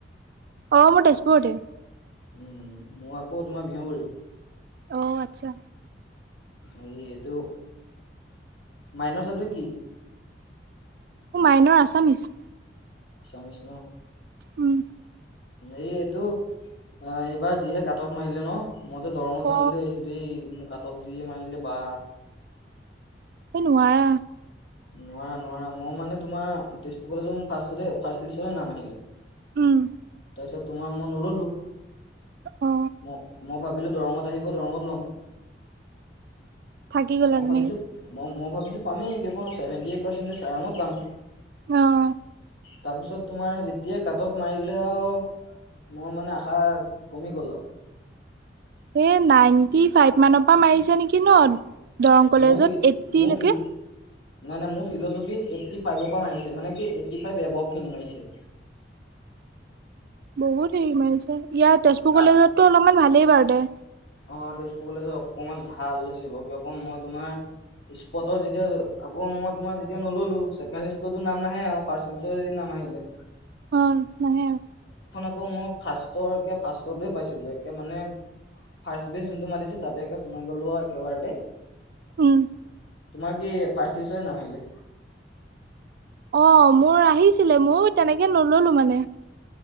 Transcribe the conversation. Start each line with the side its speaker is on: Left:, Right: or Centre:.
Right: অ মোৰ তেজপুৰতে
Left: উম মোৰ আকৌ তোমাৰ বিহগুৰি
Right: অ' আতচ্ছা
Left: এই এইটো মাইনৰ চাবজেক্ট কি
Right: মো মাইনৰ আছামিছ
Left: আছামিছ ন
Right: উম
Left: এই এইটো অ এইবাৰ যিহে কাট অফ মাৰিলে ন মই যে দৰঙত
Right: অ
Left: যাম বুলি ভাবিছিলো এই মোক কাট অফ যিয়ে মাৰিলে বা
Right: এই নোৱাৰা
Left: নোৱাৰা নোৱাৰা মই মানে তোমাৰ তেজপুৰ কলেজত মোৰ ফাৰ্ষ্টতে ফাৰ্ষ্ট লিষ্টতে নাম আহিলে
Right: উম
Left: তাৰপিছত তোমাৰ মই নল'লো।
Right: অ
Left: ম মই ভাবিলো দৰঙত আহিব দৰঙত লম।
Right: থাকি গ'লা
Left: মই
Right: তেনেকে
Left: ভাবিছোঁ মই মই ভাবিছোঁ পামেই কি অক ছেভেণ্টি এইট পাৰ্চেণ্টিজ আৰামত পাম
Right: অহ
Left: তাপিছত তোমাৰ যেতিয়াই কাট অফ মাৰিলে আৱ মোৰ মানে আশা কমি গ'ল আৱ
Right: এ নাইনটি ফাইভ মানৰ পৰা মাৰিছে নেকি ন দৰং কলেজত
Left: মোৰ ফি
Right: এইটিলৈকে
Left: মোৰ ফিল নাই নাই মোৰ ফিলচফিত এইট্টি ফাইভৰ পৰা মাৰিছে মানে কি এইট্টি ফাইভ এবভ খিনি মাৰিছে <inaudible>
Right: বহুত হেৰি মাৰিছে ইয়াৰ তেজপুৰ
Left: তাত
Right: কলেজতটো অলপমান ভালেই বাৰু দে
Left: অ তেজপুৰ কলেজত অকমান ভাল চ ব ক অক মই তোমাৰ স্পটৰ যেতিয়া আকৌ মই তোমাৰ যেতিয়া নললো ছেকেণ্ড লিষ্টতটো নাম নাহে আৱ ফাৰ্ষ্ট লিষ্টৰ যদি নাম মাৰিলে
Right: অ নাহে আৰু
Left: আকৌ মোৰ ফাৰ্ষ্টৰকে ফাৰ্ষ্টতে পাইছোঁ গৈ একে মানে ফাৰ্ষ্ট বেজ যোনটো মাতিছে তাতে একে সোমাই গ'লো আৰু একেবাৰটে
Right: উম
Left: তোমাৰ কি ফাৰ্ষ্ট লিষ্টতে নাম আহিলে।
Right: অ মোৰ আহিছিলে মও তেনেকে নললো মানে